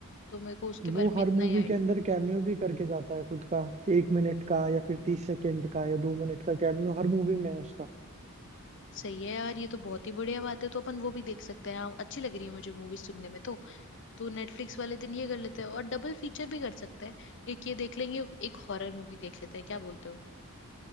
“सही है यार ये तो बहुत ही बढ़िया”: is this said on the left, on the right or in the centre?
Left